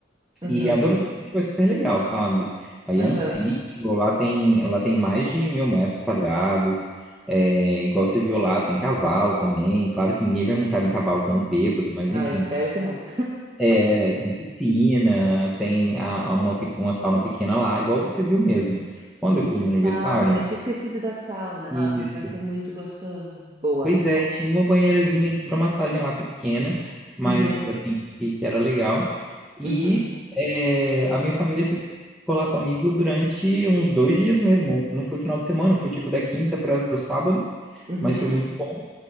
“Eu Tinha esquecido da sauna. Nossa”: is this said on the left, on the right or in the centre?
Right